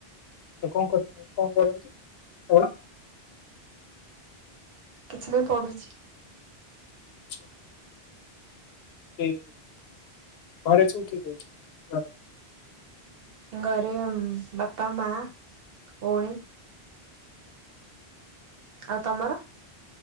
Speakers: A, on the left (about 75°); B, on the right (about 65°).
A: ତ କନ୍ କର କନ୍ କରନ୍ତି ପଣ?
B: କିଛି ନାହିଁ ପଢ଼ୁଛି।
A: ଆ <inaudible> ଉଁ ଘରେ ସୁ କିଏ କିଏ ଅଛନ୍ତି?
B: ଘରେ ଆମ ବାପା ମା ଭଉଣୀ ଆଉ ତମର